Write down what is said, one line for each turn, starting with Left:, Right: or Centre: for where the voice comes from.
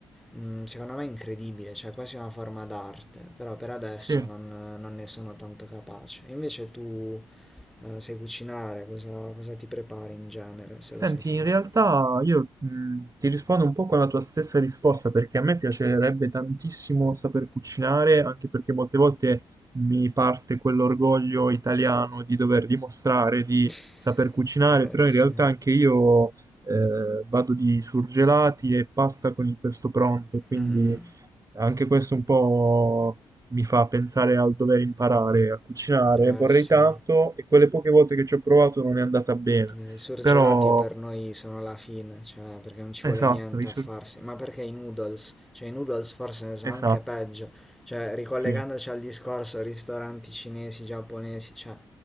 Centre: mm, secondo me incredibile, cioè quasi una forma d'arte, però per adesso
Right: Sì.
Centre: non, non ne sono tanto capace. Invece tu eh, sai cucinare, cosa, cosa ti prepari in genere se
Right: Senti,
Centre: lo sai fare?
Right: in realtà io mh, ti rispondo un po' con la tua stessa risposta perché a me piacerebbe tantissimo saper cucinare, anche perché molte volte mi parte quell'orgoglio italiano di dover dimostrare di
Centre: <laughs>
Right: saper cucinare,
Centre: Eh
Right: però
Centre: sì,
Right: in realtà anche io eh, vado di surgelati e pasta con il pesto pronto, quindi
Centre: Mm, mm.
Right: anche questo un po' mi fa pensare al dover imparare a cucinare.
Centre: eh
Right: Vorrei
Centre: sì.
Right: tanto e quelle poche volte che ci ho provato non è andata bene,
Centre: Eh, I surgelati
Right: però...
Centre: per noi sono la fine, cioè perché non ci
Right: Esatto,
Centre: vuole niente
Right: i
Centre: a
Right: sur-
Centre: farsi, ma perché i noodles? Cioè i noodles forse ne sono
Right: esatto,
Centre: anche peggio, cioè ricollegandoci
Right: sì,
Centre: al discorso ristoranti cinesi, giapponesi, cioè